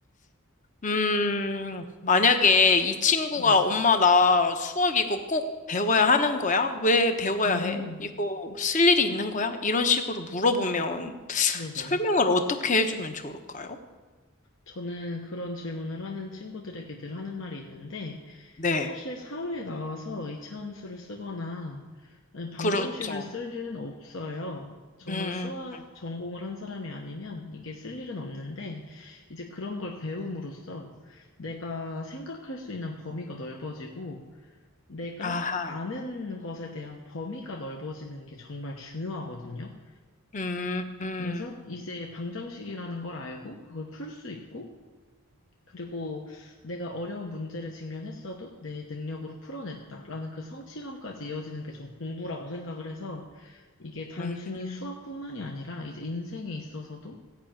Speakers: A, on the left; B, on the left.
A: 음, 만약에 이 친구가
B: 네.
A: 엄마 나 수학 이거 꼭 배워야 하는 거야? 왜 배워야
B: 음,
A: 해? 이거 쓸 일이 있는 거야? 이런 식으로 물어보면
B: 네네.
A: 설명을 어떻게 해주면 좋을까요?
B: 저는 그런 질문을 하는 친구들에게 늘 하는 말이 있는데,
A: 네,
B: 사실 사회에 나와서 이차함수를 쓰거나 아니면 방정식을
A: 그렇죠.
B: 쓸 일은 없어요. 정말
A: 음, 음,
B: 수학
A: 음.
B: 전공을 한 사람이 아니면 이게 쓸 일은 없는데, 이제 그런 걸 배움으로써 내가 생각할 수 있는 범위가 넓어지고, 내가
A: 아하.
B: 아는 것에 대한 범위가 넓어지는 게 정말 중요하거든요.
A: 음, 음,
B: 그래서 이제 방정식이라는 걸 알고 그걸 풀 수 있고, 그리고 내가 어려운 문제를 직면했어도 내 능력으로 풀어냈다라는 그 성취감까지 이어지는 게 전 공부라고 생각을 해서 이게 단순히
A: 음.
B: 수학뿐만이 아니라 이제 인생에 있어서도